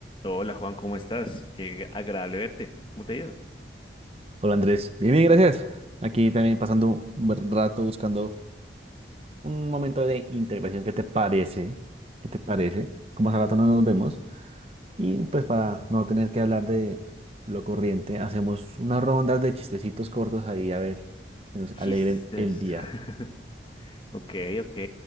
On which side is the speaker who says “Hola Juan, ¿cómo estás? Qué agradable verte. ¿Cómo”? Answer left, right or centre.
Left